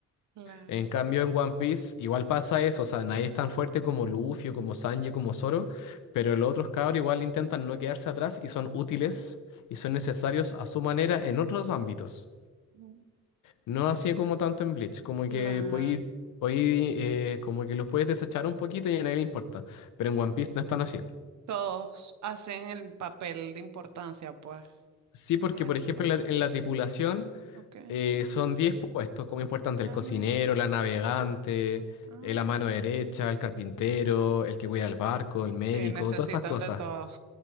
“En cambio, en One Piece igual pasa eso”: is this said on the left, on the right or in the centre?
Left